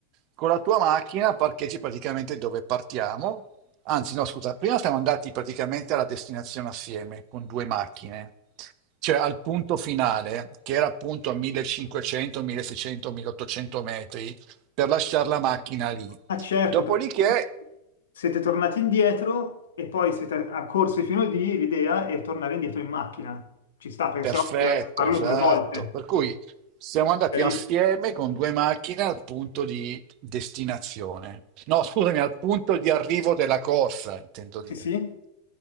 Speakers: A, on the right (about 40°); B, on the left (about 65°).
A: Con la tua macchina parcheggi praticamente dove partiamo, anzi no, scusa, prima siamo andati praticamente alla destinazione assieme con due macchine, cioè al punto finale, che era appunto a 1500, 1600, 1800 metri per lasciare la macchina lì.
B: Ah certo,
A: Dopodiché,
B: perché siete tornati indietro e poi siete a corsi fino lì, l'idea è tornare indietro in macchina. Ci sta, perché
A: perfetto,
B: sennò dovete farlo
A: esatto.
B: due volte.
A: Per cui siamo andati
B: Chiarissimo.
A: assieme con due macchine al punto di destinazione. No, scusami, al punto di arrivo della corsa, intendo dire.
B: Sì, sì.